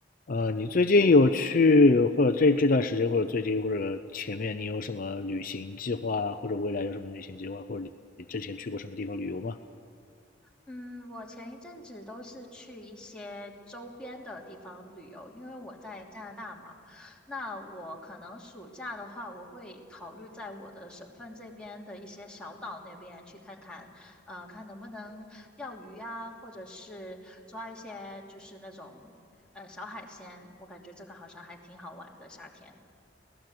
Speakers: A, on the left; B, in the centre.
A: 呃，你最近有去，或者这这段时间，或者最近，或者前面，你有什么旅行计划，或者未来有什么旅行计划，或者你你之前去过什么地方旅游吗？
B: 嗯，我前一阵子都是去一些周边的地方旅游，因为我在加拿大嘛。那我可能暑假的话，我会考虑在我的省份这边的一些小岛那边去看看，呃，看能不能钓鱼呀，或者是抓一些就是那种呃小海鲜。我感觉这个好像还挺好玩的，夏天。